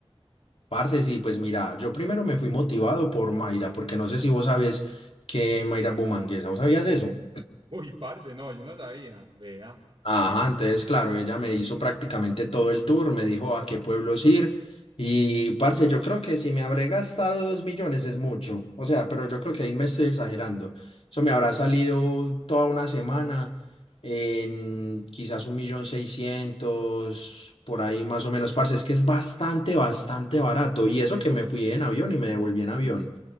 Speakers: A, on the left; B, on the right.
A: Parce, sí, pues mira, yo primero me fui motivado por Mayra, porque no sé si vos sabés que Mayra es bumanguesa, ¿vos sabías eso?
B: Uy, parce, no, yo no sabía, vea.
A: Ajá, entonces, claro, ella me hizo prácticamente todo el tour, me dijo a qué pueblos ir y, parce, yo creo que si me habré gastado dos millones es mucho, o sea, pero yo creo que ahí me estoy exagerando. Eso me habrá salido toda una semana en quizás un millón seiscientos, por ahí más o menos, parce, es que es bastante, bastante barato y eso que me fui en avión y me devolví en avión.